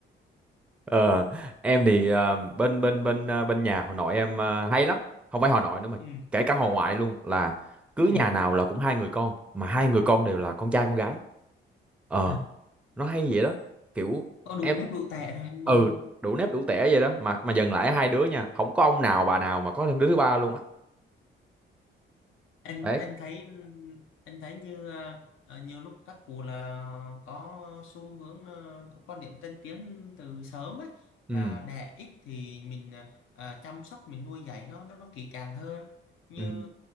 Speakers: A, in the centre; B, on the left (about 85°).
A: Ờ, em thì ờ, bên bên bên ờ, bên nhà họ nội em ờ, hay lắm không phải họ nội nữa mà
B: ừ,
A: kể cả họ ngoại luôn là cứ
B: ừ.
A: nhà nào là cũng hai người con mà hai người con đều là con trai con gái ờ
B: À,
A: nó hay vậy đó kiểu
B: có đủ
A: em
B: nếp đủ tệ rồi mừng
A: ừ đủ nếp đủ tẻ vậy đó mà mà dần lại hai đứa nha không có ông nào bà nào mà có thêm đứa thứ ba luôn á
B: anh
A: đấy
B: anh thấy anh thấy như à, à, nhiều lúc các cụ là có xu hướng à, có quan điểm tân tiến từ sớm ấy
A: ừ
B: là đẻ ít thì mình à, à, chăm sóc mình nuôi dạy nó nó nó kỹ càng hơn như
A: ừ